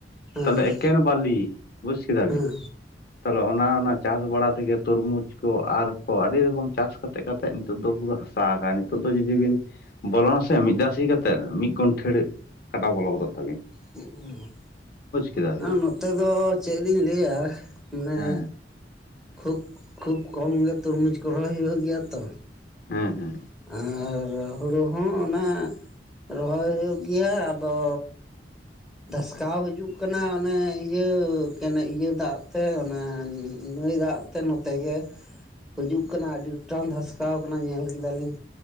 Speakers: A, in the centre; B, on the left.
A: ᱦᱮᱸ
B: ᱛᱟᱦᱚᱞᱮ ᱮᱠᱮᱱ ᱵᱟᱞᱤ ᱵᱩᱡᱽ ᱠᱮᱫᱟ
A: ᱦᱮᱸ
B: ᱵᱤᱱ ᱛᱟᱦᱚᱞᱮ ᱚᱱᱟ ᱚᱱᱟ ᱪᱟᱥ ᱵᱟᱲᱟ ᱛᱮᱜᱮ ᱛᱚᱨᱢᱩᱡᱽ ᱠᱚ ᱟᱨ ᱠᱚ ᱟᱹᱰᱤ ᱨᱚᱠᱚᱢ ᱪᱟᱥ ᱠᱟᱛᱮ ᱠᱟᱛᱮᱫ ᱱᱤᱛᱚᱜ ᱫᱚ ᱯᱩᱨᱟᱹ ᱦᱟᱥᱟ ᱟᱠᱼ ᱱᱤᱛᱚᱜ ᱫᱚ ᱡᱩᱫᱤ ᱵᱤᱱ ᱵᱚᱞᱚᱱᱟᱥᱮ ᱢᱤᱫ ᱫᱷᱟᱣ ᱥᱤ ᱠᱟᱛᱮᱫ ᱢᱤᱫ ᱜᱚᱱᱴᱷᱮᱲ ᱠᱟᱴᱟ ᱵᱚᱞᱚ ᱜᱚᱫᱚᱜ ᱛᱟᱵᱤᱱᱟ
A: <unintelligible>
B: ᱠᱮᱫᱟ ᱵᱤᱱ
A: ᱟᱨ ᱱᱚᱼᱼ ᱱᱚᱛᱮ ᱫᱚ ᱪᱮᱫ ᱠᱤᱧ ᱞᱟᱹᱭᱟ ᱢᱟᱱᱮ
B: ᱦᱮᱸ
A: ᱠᱷᱩᱵ ᱠᱷᱩᱵ ᱠᱚᱢ ᱜᱮ ᱛᱚᱨᱢᱩᱡᱽ ᱠᱚ ᱨᱚᱦᱚᱭ ᱦᱩᱭᱩᱜ ᱜᱮᱭᱟ ᱛᱚ
B: ᱦᱮᱸ ᱦᱮᱸ
A: ᱟᱨ ᱦᱩᱲᱩ ᱦᱚᱸ ᱚᱱᱟ ᱨᱚᱦᱚᱭ ᱦᱩᱭᱩᱜ ᱜᱮᱭᱟ ᱟᱫᱚ ᱫᱷᱟᱥᱠᱟᱣ ᱦᱤᱡᱩᱜ ᱠᱟᱱᱟ ᱚᱱᱮ ᱤᱭᱟᱹ ᱤᱭᱟᱹ ᱫᱟᱜ ᱛᱮ ᱚᱱᱮ ᱱᱟᱹᱭ ᱫᱟᱜ ᱛᱮ ᱱᱚᱛᱮ ᱜᱮ ᱦᱤᱡᱩᱜ ᱠᱟᱱᱟ ᱟᱹᱰᱤ ᱜᱚᱴᱟᱝ ᱫᱷᱟᱥᱠᱟᱣ ᱟᱠᱟᱱᱟ ᱧᱮᱞ ᱠᱮᱫᱟᱞᱤᱧ